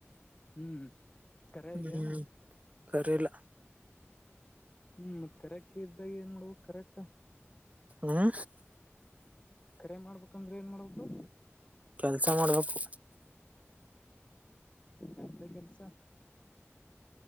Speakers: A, on the left (about 30°); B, on the right (about 30°).
A: ಹ್ಮ್ ಕರೆ ಇಲ್ಲೇನು
B: ಹ್ಮ್ ಕರಿಲ್ಲ
A: ಹ್ಮ್ ಮತ್ ಕರಕ್ಕಿ ಇದ್ದಾಗ ಏನ್ ಮಾಡಡುವು ಕರಕ್ಕ
B: ಹಾ
A: ಕರೆ ಮಾಡ್ಬೇಕಂದ್ರೆ ಏನ್ ಮಾಡ್ಬೇಕು
B: ಕೆಲ್ಸ ಮಾಡ್ಬೇಕು
A: ಗದ್ದೆ ಕೆಲಸ